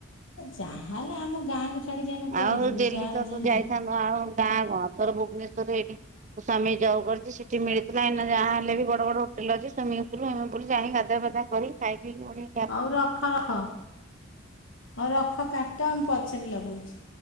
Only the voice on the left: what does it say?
ଯାହା ହେଲେ ଆମ ଗାଁକୁ ଛାଡ଼ିକି ଆମେ କୁଆଡେ
ଯିବୁ
ଗାଁରେ
ଯେନ୍ତି
ହଉ ରଖ ରଖ। ହଉ ରଖ କାଟ ମୁଁ ପଛରେ ଲଗଉଛି।